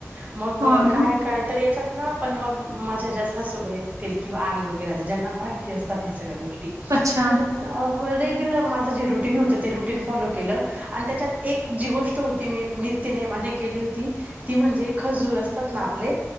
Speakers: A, on the right; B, on the right.
A: मग
B: हां ना
A: काय काय तर याच्यात ना पण मग माझ्या ज्या सासूबाई असतील किंवा आई वगैरे आता ज्यांना माहि ती असतात ह्या सगळ्या गोष्टी.
B: अच्छा.
A: अ रेग्युलर माझं जे रुटीन होतं, ते रुटीन फॉलो केलं आणि त्याच्यात एक जी गोष्ट होती मी नित्य त्य नेमाने केली होती, ती म्हणजे खजूर असतात ना आपले